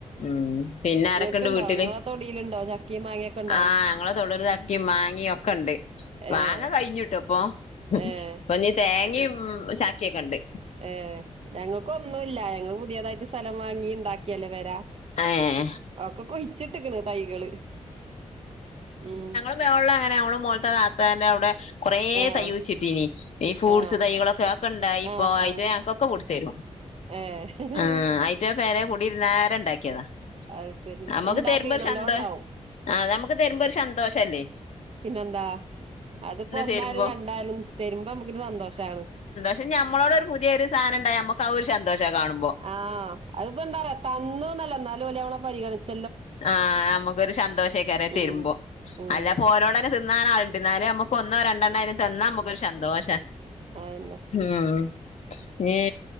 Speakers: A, on the left; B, on the right.
A: ആഹ പിന്നെ ആരൊക്കെുണ്ട്
B: ഇങ്ങക്ക്ണ്ടോ
A: വീട്ടില്
B: ഇങ്ങളെ തൊടീല്ണ്ടോ ചക്കിം മാങ്ങൊക്കെണ്ടോ
A: ആഹ ഞങ്ങളെ തൊുടല് ചക്കിയും മാങ്ങും ഒക്കെ ഉണ്ട് മാങ്ങകഴിഞ്ഞുട്ടോ
B: ഏഹ്
A: പ്പൊ
B: ഏഹ്
A: ഇപ്പൊ നി തേങ്ങയും ചാക്കിയൊക്കെ ഉണ്ട്
B: ഏ ഞങ്ങൾക്ക് ഒന്നല്ല ഞങ്ങൾ പുതിയതായിട്ട് സ്ഥലം വാങ്ങി ഉണ്ടാക്കിയല്ലേ വരാ
A: ഏ
B: ആക്കെ കൊയ്ിച്ചിട്ടണ് തൈകള് ഉം
A: വെള്ളം എങ്ങനെ മോൾത്തെ താത്തന്റെ അവിടെ കൊറെേ
B: ആഹ്
A: തൈ വച്ചിട്ട് ഇനി ഫ്രൂട്്സ്
B: ആഹ്
A: തൈകളൊക്കെ ഒക്കെ ഇണ്ടായി ഇപ്പൊ
B: ആഹ്
A: അയി
B: ആഹ്
A: ക്കെ കുടിച്ചരു
B: ഏഹ്
A: ആ ആയിറ്റ പേരെ കുടിയിരുന്നരണ്ടാക്കി നമുക്ക്
B: അത് ശരി ഇണ്ടാകുവേ
A: തരുമ്പോ ഒരു
B: നല്ലോണം
A: ഷന്തോഷ
B: ഇണ്ടാവും
A: ആഹ് നമുക്ക് തരുമ്പോ ഒരു ഷന്തോഷല്ലേ
B: പിന്നെ എന്താ അതിപ്പോ ഒന്നായാലും
A: തരുമ്പോ
B: രണ്ടായാലും തരുമ്പോ നമുക്കൊരു സന്തോഷണ്
A: പക്ഷ നമ്മളോടൊരു പുതിയ ഒരു സാനണ്ടായ നമക്ക് ആ ഒരു ശാന്തോഷ കാണുമ്പ
B: ആഹ് അത്പ്പോ എന്താ പറയാ തന്നുന്നല്ല എന്നാലും ഓൽ ഞമ്മളെ പരിഗണിച്ചു
A: ആഹ് നമുക്കൊരു ശന്തോഷക്കാര തരുമ്പോ
B: ഉം ഉം
A: അല്ല പോരോടനെ തിന്നൻ ആളണ്ടന്നാലേ നമ്മുക്ക് ഒന്നോ രണ്ടെണ്ണം അയ്ന്ന് തന്നാ നമുക്കൊരു ശന്തോഷം
B: ആയന്നെ
A: ഉം ഇഞ്